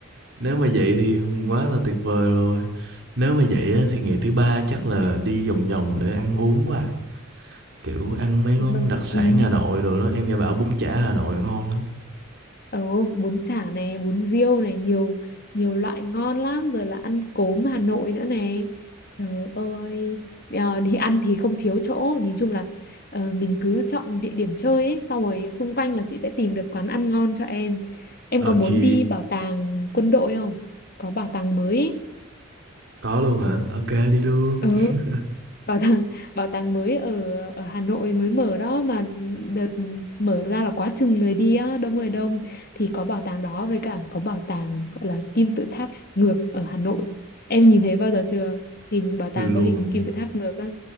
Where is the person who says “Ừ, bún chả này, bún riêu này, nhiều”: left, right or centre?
Left